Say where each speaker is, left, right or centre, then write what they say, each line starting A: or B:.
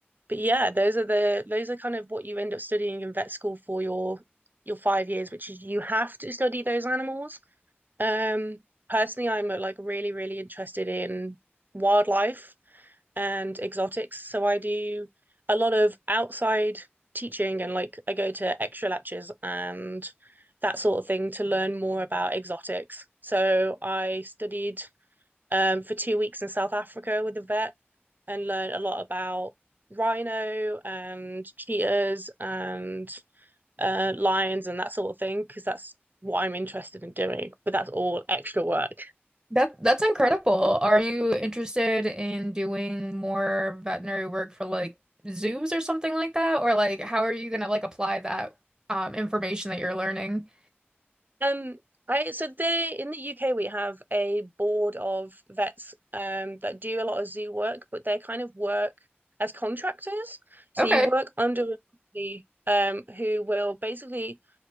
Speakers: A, on the right (about 50°); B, on the right (about 20°).
A: But yeah, those are the those are kind of what you end up studying in vet school for your your five years, which is you have to study those animals. Um, personally, I'm uh, like really, really interested in wildlife and exotics, so I do a lot of outside teaching and like I go to extra lectures and that sort of thing to learn more about exotics. So I studied um, for two weeks in South Africa with a vet and learn a lot about rhino and cheetahs and uh, lions and that sort of thing because that's what I'm interested in doing. But that's all extra work.
B: That that's incredible. Are you interested in doing more veterinary work for like zoos or something like that? Or like how are you gonna like apply that um information that you're learning?
A: Um, I so they in the UK we have a board of vets um that do a lot of zoo work, but they kind of work as contractors. So
B: Okay.
A: you work under a company um who will basically